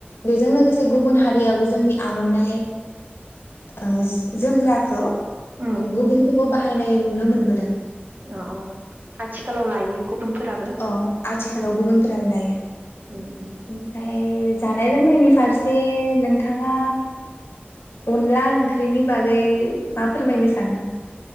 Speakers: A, on the left; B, on the right.
A: बेजों लोगोसे गुबुन हारियाबो जोंनि आर'नाइ ओ जोमग्राखौ ओ
B: उम
A: गुबुनखौबो बा हायनाय नुनो मोनबोदों।
B: अ अ आथिखालाव लायो। गुबुनफोराबो
A: अ आथिखालाव
B: उम
A: गुबुनफोराबो लायो
B: उम उम
A: ओमफ्राय <unintelligible> नाय लोंनायनि फारसे नोंथां ङा अनला ओंख्रिनि बागै मा फोरमायनो सानो?